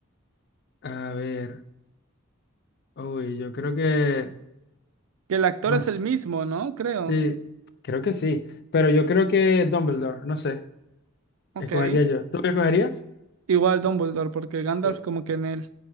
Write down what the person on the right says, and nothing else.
Que el actor
es
el mismo, ¿no? Creo.
Ok.
Igual Dumbledore, porque Gandalf
como que en él.